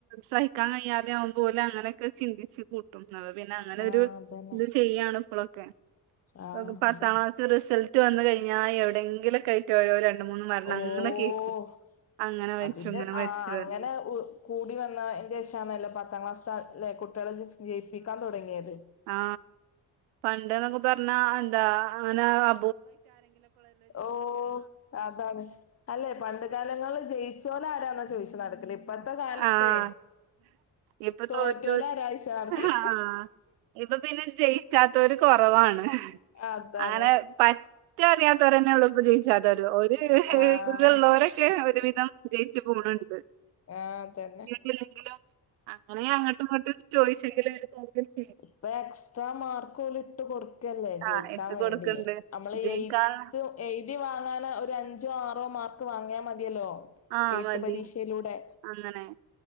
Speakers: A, on the right; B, on the left.
A: സഹിക്കാൻ കയ്യാതാകുമ്പൊ ഓല് അങ്ങനൊക്കെ ചിന്തിച്ച് കൂ പിന്നെ അങ്ങനൊരു
B: ആഹ് അതന്നെ
A: ത് ചെയ്യാണ് ഇപ്പളൊക്കെ
B: ആഹ്
A: ഓക്ക് പത്താം
B: അതന്നെ
A: ക്ലാ ത്തെ റിസൾട്ട് വന്ന് കഴിഞ്ഞാ എവിടെങ്കിലൊക്കായി ട്ട് ഓരോ രണ്ട് മൂന്ന് മരണങ്ങനെ
B: ഓഹ്
A: കേക്കും അങ്ങനെ മരിച്ചു
B: അതിന്റെ
A: ഇങ്ങനെ മരിച്ചു
B: ആഹ്
A: പർഞ്ഞ്
B: അങ്ങനെ കൂടി വന്നാ ന്റെശാണല്ലോ പത്താം ക്ലാസ്സ്ത്തെ ലെ കുട്ട്യാളെ ജയിപ്പിക്കാൻ തൊടങ്യേത്
A: ആ പണ്ട്ന്നൊക്കെ പറഞ്ഞാ എന്താ അങ്ങനെ അ
B: ഓ അതാണ് അല്ലെ പണ്ട് കാലങ്ങളില് ജയി ച്ചോലാരാന്നാ ചോയിച്ച് നടക്കല് ഇ ഇപ്പത്തെ കാലത്തെ
A: ആഹ് ഇപ്പൊ
B: തോറ്റോലാരായ്ച്ച്
A: തോറ്റോര്
B: നടക്ക്
A: ആഹ് ഇപ്പൊ പിന്നെ ജയിച്ചാത്തോര് കൊറവാണ്
B: അതാണ്
A: അങ്ങനെ പറ്ററിയാത്തവരന്നെള്ളു ഇപ്പൊ ജയിച്ചാത്തോര് ഒര്
B: ആഹ്
A: ഇത്ള്ളോര് ക്കെ ഒരുവിധം ജയിച്ചു പോണ് ണ്ട്
B: ആ അതെന്നെ
A: ല്ലെങ്കിലും അങ്ങനെ അങ്ങട്ടും ഇങ്ങട്ടും ചോയിച്ചെങ്കിലും ഓല് പോവില്ലേ
B: ഇപ്പൊ എക്സ്ട്രാ മാർക്കോല് ഇട്ട് കൊടു ക്കല്ലേ ജയിക്കാ
A: ആഹ് ഇട്ട്
B: വേണ്ടി
A: കൊടുക്ക്ണ്ട്
B: നമ്മളീ
A: ജയിക്കാൻ
B: എയ്ത്തും എയ്തി വാങ്ങാന ഒരഞ്ചോ ആറോ മാർക്ക് വാങ്ങിയാ മതിയല്ലോ
A: ആ
B: എയ്ത്ത്
A: മതി
B: പരീക്ഷയിലൂടെ
A: അങ്ങനെ